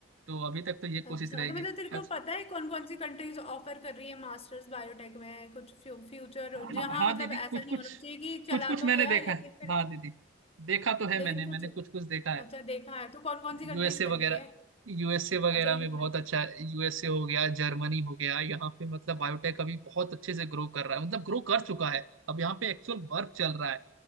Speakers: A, on the right; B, on the left.
A: तो अभी तक तो ये कोशिश
B: अच्छा
A: रहेगी
B: तो मतलब तेरे को
A: अच्छा
B: पता है कौन कौन सी कंट्रीज ऑफर कर रही है मास्टर्स बायोटेक में कुछ फ्यूचर
A: हाँ
B: जहाँ
A: हाँ
B: मतलब
A: दीदी
B: ऐसा
A: कुछ
B: नहीं
A: कुछ
B: होना चाहिए कि
A: कुछ
B: चला
A: कुछ
B: तो
A: मैंने
B: गया
A: देखा
B: लेकिन
A: है
B: फिर
A: हाँ दीदी देखा तो है
B: लेकिन
A: मैंने
B: कुछ
A: मैंने कुछ कुछ देखा है
B: अच्छा देखा है तो कौन कौन सी कंट्रीज
A: यूएसए
B: कर
A: वगैरह
B: रही है
A: यूएसए वगैरह
B: अच्छा यूएस
A: में बहुत अच्छा यूएसए हो गया जर्मनी हो गया यहाँ पे मतलब बायोटेक अभी बहुत अच्छे से ग्रो कर रहा है मतलब ग्रो कर चुका है अब यहाँ पे एक्चुअल वर्क चल रहा है